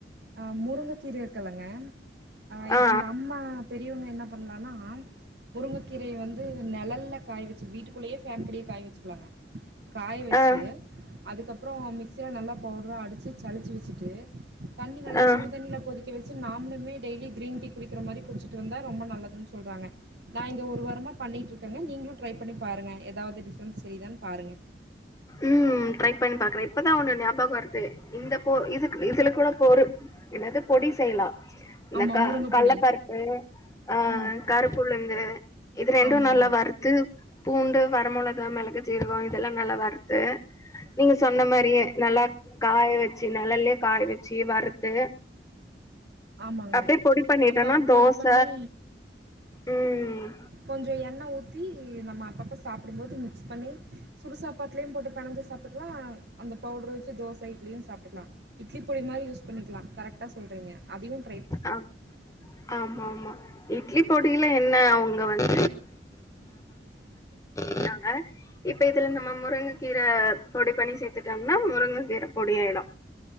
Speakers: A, on the right; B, on the left.
A: அ முருங்ககீரை இருக்குல்லங்க அ இது
B: ஆ
A: நம்ம பெரியவங்க என்ன பண்லானா முருங்ககீரைய வந்து நெழல்ல காய வெச்சு வீட்டுக்குள்ளயே ஃபேன்கடிய காய வெச்சுக்லாங்க காய வெச்சு
B: ஆ
A: அதுக்கப்றோ மிக்சில நல்லா பவுட்ரா அடிச் டு சழிச்சு வெச்சுட்டு தண்ணி நல்லா
B: ஆ
A: சுடுதண்ணில கொதிக்க வெச்சு நாம்ளுமே டெய்லி கிரீன் டி குடிக்கிற மாரி குடிச்சிட்டு வந்தா ரொம்ப நல்லதுன் சொல்றாங்க நா இந்த ஒரு வாரமா பண்ணிட்ருக்கங்க நீங்ளு டிரை பண்ணி பாருங்க எதாவ்து டிஃப்ரண்ஸ் தெரிதான் பாருங்க
B: உம் ட்ரை பண்ணி பாக்றே இப்பதா ஒண்ணு ஞாபக வருது இந்த பொ இதுக் இதுல கூட பொரு என்னது பொடி செய்யலா இந்த
A: ஆமா
B: க
A: முருங்க
B: கல்லப்பருப்பு
A: பொடி
B: அ
A: ம்
B: கருப்புளுந்து இது ரெண்டு
A: ஆமாங்க
B: நல்லா வறுத்து பூண்டு வரமொளகா மெளகு ஜீரகொ இதெல்லா நல்லா வரு து நீங்க சொன்ன மாரியே நல்லா காய வச்சு நழல்லே காய வச்சு வறுத்து
A: ஆமாங்க
B: அப்டியே பொடி பண்ணிட்டோம்னா
A: அப்ப பொடி
B: தோச
A: பண்ணி
B: ம்.
A: கொஞ்சோ எண்ணெ ஊத் தி நம்ம அப்பப்ப சாப்டும்போது மிக்ஸ் பண்ணி சுடு சாப்பாட்டுலயு போட்டு பணஞ்சு சாப்பிட்லா அந்த பவுடர் வச்சு தோஸ் இட்லியூ சாப்டுக்கலா இட்லி பொடி மாரி யூஸ் பண்ணிக்லா கரெக்டா சொல்றீங்க அதியும்
B: ஆ ஆமாமா இட்லி பொடியில என்ன அவங்க வந்து <inaudible> இப்ப இதுல நம்ம முருங்கைக்கீர பொடி பண்ணி சேரத்துட்டோம்னா முருங்க கீர பொடி ஆயிடூ